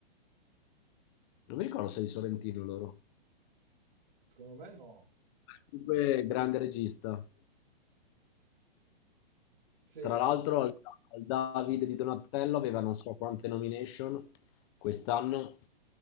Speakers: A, on the left; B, on the right.
A: Non mi ricordo se è di Sorrentino loro.
B: Secondo me no.
A: Comunque, grande regista.
B: Sì.
A: Tra l'altro, al, al David di Donatello aveva non so quante nomination quest'anno,